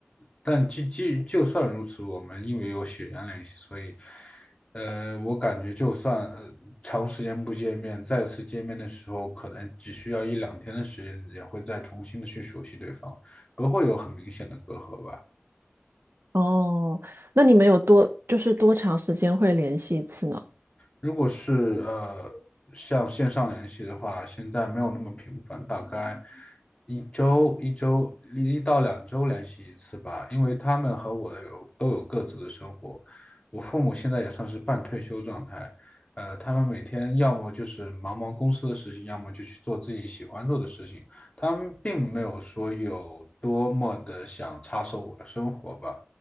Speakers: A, on the left; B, on the right.
A: 但就就就算如此，我们因为有血缘联系，所以，呃，我感觉就算呃长时间不见面，再次见面的时候，可能只需要一两天的时间，也会再重新的去熟悉对方，不会有很明显的隔阂吧。
B: 哦，那你们有多就是多长时间会联系一次呢？
A: 如果是呃，像线上联系的话，现在没有那么频繁，大概一周一周一到两周联系一次吧。因为他们和我有都有各自的生活，我父母现在也算是半退休状态，呃，他们每天要么就是忙忙公司的事情，要么就去做自己喜欢做的事情。他们并没有说有多么的想插手我的生活吧。